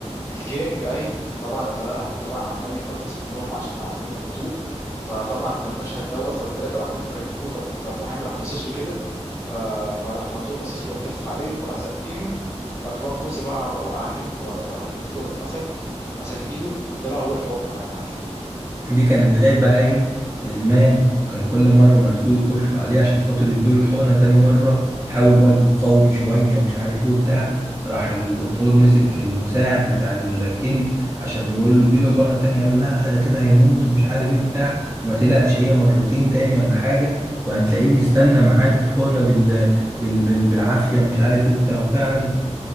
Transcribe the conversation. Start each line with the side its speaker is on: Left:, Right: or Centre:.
Left: الكينج ايوه طبعا فرقها طبعا عمال يفلفص منهم عشان عايزين يربطوه فطبعا فالمشهد دوت فالتلاته راح جم كتفوه طب فالمحامي راح باصص له كده ف... فراح مرزوق باصص له راح تفف عليه فراح زقينه فراح بقى الكرسي بقى وقع بيهم لورا فراح الدكتور ده مسك مسك ايده واداله اول حقنه بقى يا معلم
Right: دي كانت بداية بقى ايه الإدمان كان كل مرة مرزوق يخش عليه عشان خاطر يدوله الحقنة تاني مرة حاول برضو يقاوم شوية ومش عارف ايه وبتاع راح الدكتور مسك المساعد بتاع الكينج عشان بيقول له اديله حقنة تانية قال له لا ده كده هيموت ومش عارف ايه وبتاع ما تقلقش هي مرتين تاني ولا حاجة وهتلاقيه بيستنى ميعاد الحقنة بال... بال... بال... بالعافية ومش عارف ايه وبتاع وفعلا